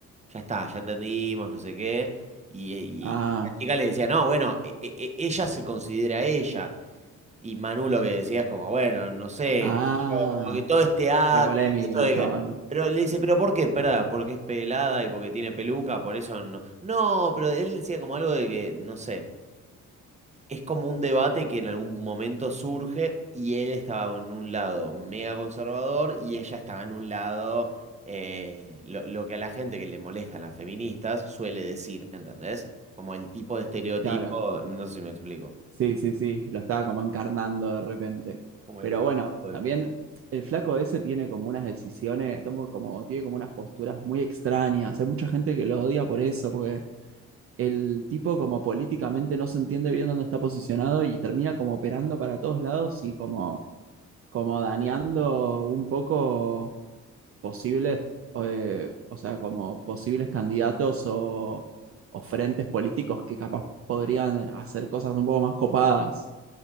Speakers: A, on the right; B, on the right.
A: ya está, ya entendimos, no sé qué. Y,
B: Ah,
A: y la chica le decía, no, bueno, e- e- e- ella se considera ella. Y Manu lo que decía es como, bueno, no sé,
B: ah,
A: qué sé yo, como que todo este acto,
B: re polémico
A: y todo esto
B: el
A: de
B: chabón.
A: que... Pero le dice, ¿pero por qué? Perda, porque es pelada y porque tiene peluca, por eso no. No, pero él decía como algo de que, no sé es como un debate que en algún momento surge y él estaba en un lado mega conservador y ella estaba en un lado eh, lo, lo que a la gente que le molestan las feministas suele decir, ¿entendés? Como el tipo de estereotipo,
B: Claro,
A: no sé si me explico.
B: sí, sí, sí, lo estaba como encarnando de repente.
A: Como el
B: Pero
A: estereotipo
B: bueno,
A: de
B: también
A: femi-
B: el flaco ese tiene como unas decisiones, tomo como, tiene como unas posturas muy extrañas. Hay mucha gente que lo odia por eso, porque el tipo como políticamente no se entiende bien dónde está posicionado y termina como operando para todos lados y como, como dañando un poco posibles, eh, o sea, como posibles candidatos o, o frentes políticos que capaz podrían hacer cosas un poco más copadas.